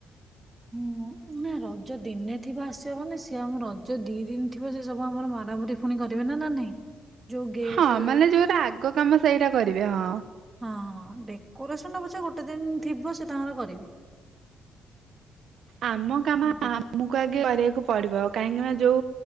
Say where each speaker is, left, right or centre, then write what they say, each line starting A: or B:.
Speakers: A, on the right (about 20°); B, on the right (about 70°).
A: ହୁଁ ନା ରଜ ଦିନେଥିବ ଆସିବ ମାନେ ସିଏ ଆମ ରଜ ଦିଇ ଦିନ ଥିବ ସେ ସବୁ ଆମର ମାରାମୁରି ପୁଣି କରିବେ ନା ନା ନାଇଁ। ଯୋଉ ଗେଟ
B: ହଁ ମାନେ ଯୋଉଟା ଆଗ କାମ ସେଇଟା କରି ରିବେ ହଁ।
A: ହଁଁ ଡେକୋରେସନ ଟା ପଛେ ଗୋଟେ ଦିନ ଥିବ ସେ ତାଙ୍କର କରିବେ।
B: ଆମ କାମ
A: ଦେଖ
B: ଆମକୁ ଆଗେ କରିବାକୁ ପଡିବ। କାହିଁକିନା ଯଉ